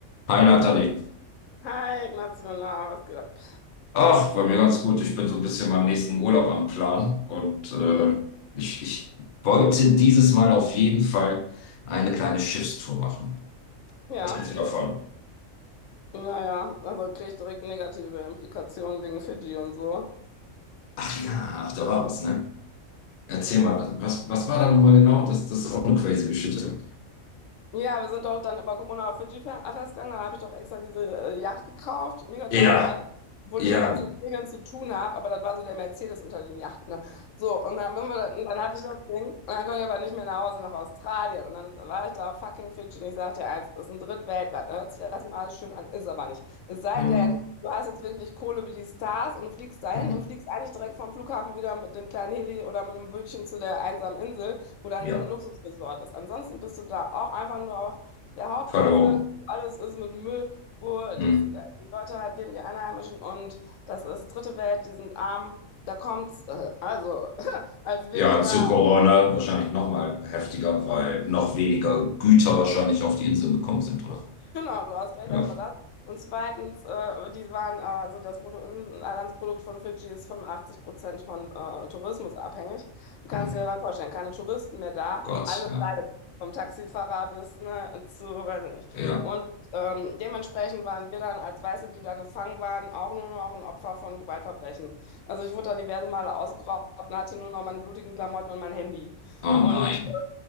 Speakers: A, on the left; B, on the left.
A: Hi Nathalie.
B: Hi, Ignacio, was geht ab?
A: Ach, bei mir ganz gut. Ich bin so ein bisschen meinem nächsten Urlaub am Plan und äh,
B: Mhm.
A: ich, ich wollte dieses Mal auf jeden Fall eine kleine Schiffstour machen.
B: Ja,
A: Was hältst du davon?
B: naja, also kriege ich direkt negative Implikationen wegen Fidschi und so.
A: Ach ja, ach, da war was, ne? Erzähl mal, was, was war da nochmal genau? Das, das ist auch eine crazy Geschichte.
B: Ja, wir sind doch dann über Corona auf Fidschi fe- festgegangen. Dann habe ich doch extra diese äh, Yacht gekauft, mega teuer
A: Ja,
B: und alles, obwohl
A: ja,
B: ich ja gar nichts mit Segeln zu tun habe, aber das war so der Mercedes unter den Yachten. Ne? So, und dann, sind wir da, und dann hatte ich das Ding und dann konnte ich aber nicht mehr nach Hause, nach Australien. Und dann war ich da auf fucking Fidschi und ich sagte dir eins, das ist ein Drittweltland, ne? hört sich erstmal alles schön an, ist aber nicht. Es sei
A: ähm,
B: denn, du hast jetzt wirklich Kohle wie die Stars und fliegst dahin
A: hm,
B: und fliegst eigentlich direkt vom Flughafen wieder mit dem kleinen Heli oder mit einem Bötchen zu der einsamen Insel wo dann
A: ja,
B: so ein Luxusresort ist. Ansonsten bist du da auch einfach nur auf der Hauptinsel.
A: verloren.
B: Alles ist mit Müll, wo
A: Hm.
B: diese ge- die Leute halt leben, die Einheimischen. Und das ist dritte Welt, die sind arm. Da kommt's. Äh, also, <laughs> als wir
A: Ja,
B: dann
A: zu
B: da
A: Corona wahrscheinlich nochmal heftiger, weil noch weniger Güter wahrscheinlich auf die Inseln gekommen sind, oder?
B: Genau, du hast recht,
A: Ja.
B: erstmal das. Und zweitens, äh, die waren, äh, also das Bruttoinlandsprodukt von Fidschi ist 85 Prozent von äh, Tourismus abhängig. Du kannst
A: Hm.
B: dir dann vorstellen, keine Touristen mehr da,
A: Gott,
B: alles
A: ja.
B: leidet, vom Taxifahrer bis ne, zu, weiß ich nicht.
A: Ja.
B: Und ähm, dementsprechend waren wir dann als Weiße, die da gefangen waren, auch nur noch ein Opfer von Gewaltverbrechen. Also ich wurde da diverse Male ausgeraubt und hatte nur noch meine blutigen Klamotten und mein Handy.
A: Oh
B: Und
A: nein.